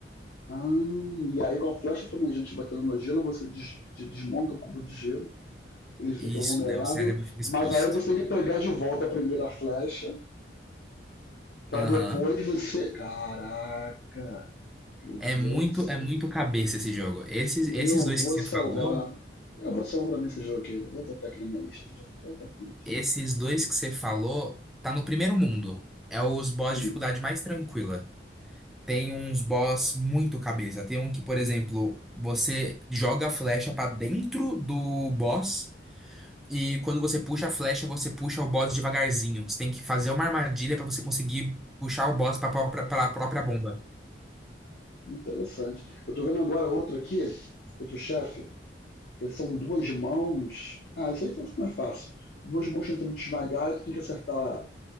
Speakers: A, on the left; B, in the centre.
A: Ah, e aí com a flecha flamejante batendo no gelo, você des des desmonta o cubo de gelo, ele fica
B: Isso,
A: vulnerável,
B: daí o cérebro fica exposto.
A: mas aí você tem que pegar de volta a primeira flecha, pra
B: Aham.
A: depois você. Caraca! Eu
B: É muito,
A: vou. ser.
B: é muito cabeça esse jogo. Esses, esses
A: Eu
B: dois
A: vou
B: que você
A: salvar.
B: falou,
A: Eu vou salvar pra mim esse jogo aqui. Eu Vou botar aqui na minha lista. Aqui já. já tá na minha lista.
B: esses dois que você falou, tá no primeiro mundo. É os boss
A: Hum,
B: de dificuldade mais tranquila. Tem uns boss muito cabeça. Tem um que, por exemplo, você joga a flecha pra dentro do boss e quando você puxa a flecha, você puxa o boss devagarzinho. Você tem que fazer uma armadilha pra você conseguir puxar o boss pra própria, pela própria bomba.
A: interessante. Eu tô vendo agora outro aqui, outro chefe, que são duas mãos. Ah, isso aí foi mais fácil. Duas mãos tentando te esmagar e tu tem que acertar